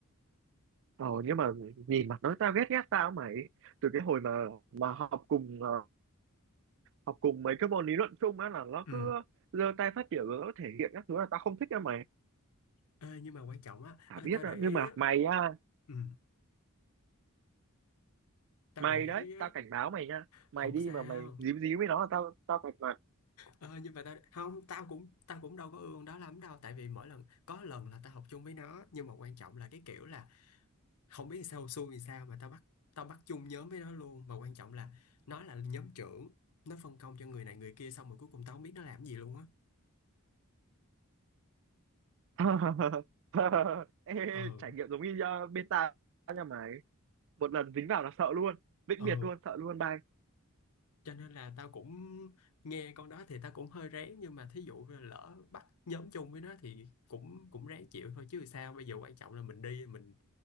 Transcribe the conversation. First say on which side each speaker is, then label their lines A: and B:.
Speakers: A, on the right; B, on the left.
A: ồ nhưng mà nhìn mặt nó tao ghét ghét tao mày từ cái hồi mà mà học cùng ờ, học cùng mấy cái môn lý luận chung á là nó
B: ừ
A: cứ giơ tay phát biểu rồi nó thể hiện các thứ là tao không thích á mày
B: Ê, nhưng mà quan trọng á
A: chả
B: ê,
A: biết
B: tao
A: á
B: để
A: nhưng
B: ý
A: mà
B: á
A: mày á
B: ừ, tao
A: mày
B: để
A: đấy
B: ý á
A: tao cảnh báo mày nha mày
B: không
A: đi
B: sao
A: mà mày díu díu với nó là tao tao cạch mặt
B: Ờ, nhưng mà tao không tao cũng tao cũng đâu có ương đó lắm đâu tại vì mỗi lần có lần là tao học chung với nó nhưng mà quan trọng là cái kiểu là không biết sao xui thì sao mà tao bắt tao bắt chung nhóm với nó luôn mà quan trọng là nó là nhóm trưởng nó phân công cho người này người kia xong rồi cuối cùng tao không biết nó làm gì luôn á
A: <laughs> Ê,
B: ờ
A: trải nghiệm giống như ờ, bên tao nha mày một lần dính vào là sợ luôn vĩnh
B: ờ
A: biệt luôn sợ luôn bye
B: cho nên là tao cũng nghe con đó thì tao cũng hơi rén nhưng mà thí dụ là lỡ bắt nhóm chung với nó thì cũng cũng ráng chịu thôi chứ sao bây giờ quan trọng là mình đi mình